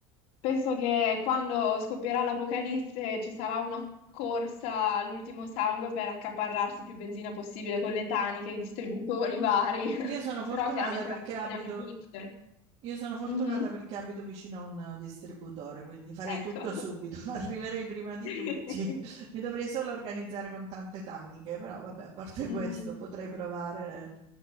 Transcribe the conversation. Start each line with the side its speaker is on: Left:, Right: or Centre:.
Left: Penso che quando scoppierà l'apocalisse ci sarà una corsa all'ultimo sangue per accaparrarsi più benzina possibile con le taniche, i distributori vari,
Right: I-
Left: <laughs>
Right: Io sono fortunata
Left: però chiaramente
Right: perché
Left: la benzina
Right: abito
Left: finisce.
Right: Io sono fortunata
Left: Mhm.
Right: perché abito vicino a un eh, distributore, quindi farei
Left: Ecco.
Right: tutto subito, <laughs> arriverei prima di
Left: <laughs>
Right: tutti. <laughs> Mi dovrei solo organizzare con tante taniche, però vabbè, a parte
Left: Mhm.
Right: questo potrei provare.